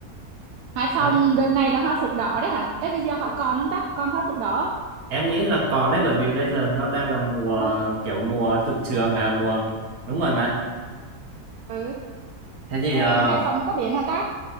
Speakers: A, on the right (about 80°); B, on the right (about 65°).
A: Hải Phòng
B: đấy,
A: đợt này là hoa phượng đỏ đấy hả ê bây giờ họ còn không ta còn hoa phượng đỏ không?
B: em nghĩ là còn đấy bởi vì bây giờ nó đang là mùa
A: ừ
B: kiểu mùa tụ trường và mùa đúng rồi mà.
A: ừ
B: Thế thì
A: À,
B: ờ,
A: Hải Phòng có biển hả ta?